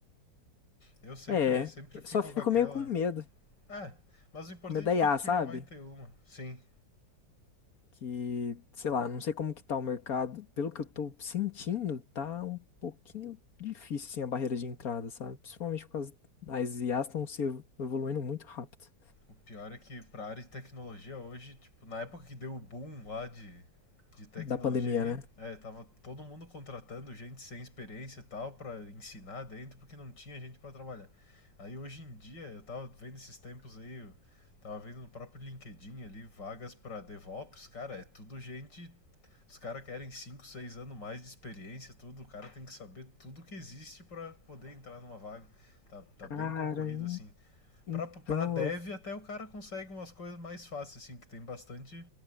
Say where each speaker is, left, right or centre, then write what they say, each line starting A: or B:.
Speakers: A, on the left (about 75°); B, on the left (about 55°).
A: Eu sempre,
B: É,
A: sempre
B: eu
A: fico
B: só fico
A: com aquela.
B: meio com medo.
A: Ah, mas o importante
B: Com medo da IA,
A: é que tu
B: sabe?
A: já vai ter uma. Sim,
B: que, sei lá, não sei como que tá o mercado. Pelo que eu tô sentindo, tá um pouquinho difícil, assim, a barreira de entrada, sabe? Principalmente por causa as IAs estão se evo- evoluindo muito rápido
A: O pior é que pra área de tecnologia hoje, tipo, na época que deu o boom lá de, de tecnologia
B: da pandemia,
A: aí,
B: né?
A: é, tava todo mundo contratando gente sem experiência e tal pra ensinar dentro, porque não tinha gente pra trabalhar. Aí hoje em dia, eu tava vendo esses tempos aí, eu tava vendo no próprio LinkedIn ali, vagas pra DevOps, cara, é tudo gente. Os caras querem 5 6 anos mais de experiência, tudo. O cara tem que saber tudo que existe pra poder entrar numa vaga. Tá, tá
B: Cara,
A: bem concorrido
B: en-
A: assim.
B: então,
A: Pra, pra dev
B: eu-
A: até o cara consegue umas coisas mais fáceis, assim, que tem bastante